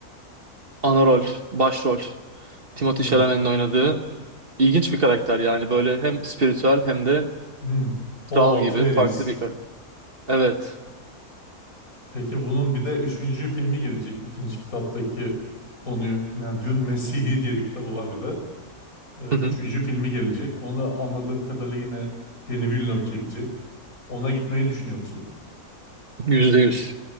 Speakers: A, on the right (about 40°); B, on the left (about 70°).
A: ana rol, başrol. Timothée
B: hmm,
A: Chalamet'in oynadığı İlginç bir karakter yani böyle hem spiritüel hem de
B: hmm. Paul
A: kral
B: Atreides.
A: gibi farklı bir karakter. Evet.
B: Peki bunun bir de üçüncü filmi gelecek. ikinci kitaptaki konuyu. Yani Dün Mesih'i diye bir kitabı var bir de. Ee,
A: Hı
B: üçüncü
A: hı.
B: filmi gelecek. Onu da anladığım kadarıyla yine Denis Villeneuve çekecek. Ona gitmeyi düşünüyor musun?
A: Yüzde yüz.